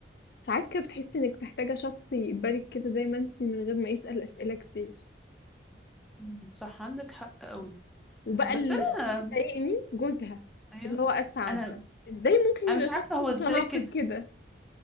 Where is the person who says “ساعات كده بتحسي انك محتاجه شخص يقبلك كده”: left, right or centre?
Left